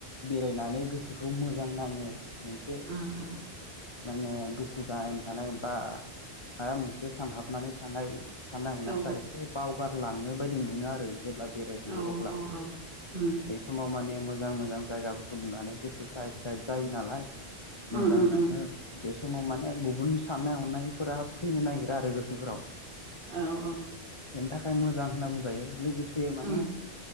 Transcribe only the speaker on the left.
बेरायनानै गोसोखौ मोजां नाङो मोनसे
माने दुखु जानानै थानाय बा माबा मोनसे सानहाबनानै थानाय। साननाय हनायफ्रा
एसे बावगारलाङो बायदि मोनो आरो। जेब्ला बेरायहैयो
अब्ला
बै समाव माने मोजां मोजां जायगाफोरखौ नुनानै गोसोफ्रा एक्साइट जायो नालाय। मोजां
नाङो।
बे समाव माने गुबुन साननाय हनायफोरा फैनो नागिरा आरो गोसोफोराव
बेनि थाखाय मोजां होनना बुंजायो लोगोसे माने